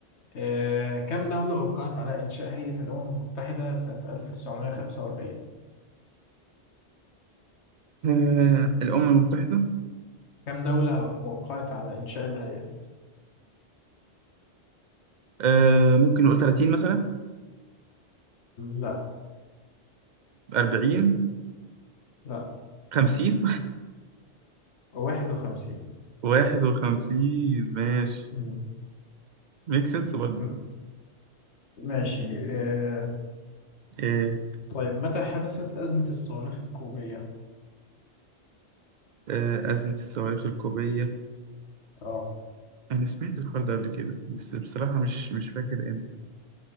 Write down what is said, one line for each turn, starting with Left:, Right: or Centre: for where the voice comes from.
Left: آه، كم دولة وقعت على إنشاء هيئة الأمم المتحدة سنة 1945
Right: أه الأمم المتحدة
Left: كم دولة وقعت على إنشاء الهيئة
Right: أه ممكن نقول 30 مثلا
Left: لا
Right: 40
Left: لا
Right: 50
Left: 51
Right: 51 <laughs> ماشي
Left: م-
Right: ميك سنس برضه
Left: م- ماشي آه،
Right: أه
Left: طيب متى حدثت أزمة الصواريخ الكوبية
Right: أه أزمة الصواريخ الكوبية
Left: اه
Right: أنا سمعت الحوار ده قبل كده بس بصراحة مش مش فاكر امتى